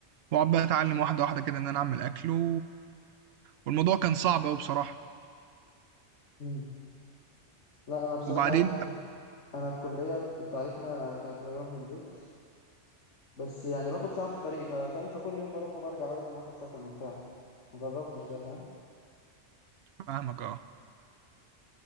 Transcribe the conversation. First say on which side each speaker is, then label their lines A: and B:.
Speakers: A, on the right; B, on the left.
A: واقعد بقى اتعلم واحده واحده كده ان انا اعمل اكل و... والموضوع كان صعب قوي بصراحه
B: مم. لا أنا بصراحة
A: وبعدين
B: يعني أنا الكلية بتاعتنا كانت قريبة من البيت بس يعني باخد ساعة في الطريق ف- فاهم فكل يوم بروح وبرجع بدل لما آخد سكن وبتاع مجربتش ده فاهم
A: فاهمك اه